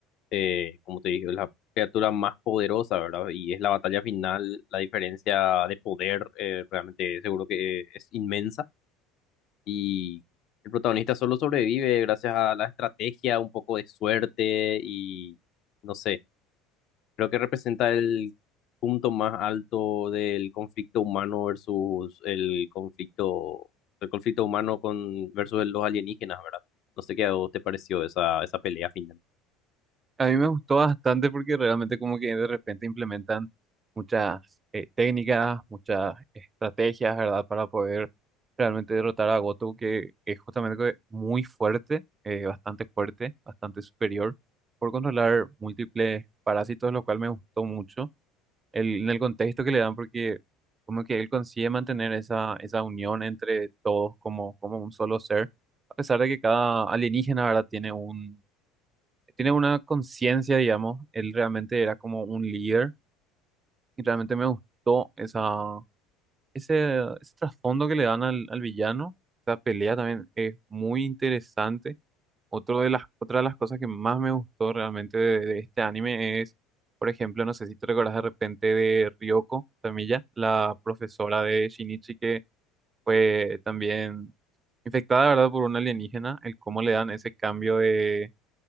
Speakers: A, on the left (about 55°); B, on the right (about 25°).
A: eh, como te dije, es la criatura más poderosa, ¿verdad? Y es la batalla final, la diferencia de poder eh, realmente seguro que es inmensa y el protagonista solo sobrevive gracias a la estrategia, un poco de suerte y no sé, creo que representa el punto más alto del conflicto humano versus el conflicto, el conflicto humano con versus los alienígenas, ¿verdad? No sé qué a vos te pareció esa, esa pelea final.
B: A mí me gustó bastante porque realmente como que de repente implementan muchas eh, técnicas, muchas estrategias, ¿verdad? Para poder realmente derrotar a Goto, que es justamente que muy fuerte, eh, bastante fuerte, bastante superior, por controlar múltiples parásitos, lo cual me gustó mucho el, en el contexto que le dan, porque como que él consigue mantener esa, esa unión entre todos como, como un solo ser, a pesar de que cada alienígena, ¿verdad? Tiene un tiene una conciencia, digamos, él realmente era como un líder y realmente me gustó esa, ese, ese trasfondo que le dan al, al villano. Esa pelea también es muy interesante. Otro de las, otra de las cosas que más me gustó realmente de, de este anime es, por ejemplo, no sé si te recordás de repente de Ryoko Tamiya, la profesora de Shinichi que fue también infectada, ¿verdad?, por un alienígena, el cómo le dan ese cambio de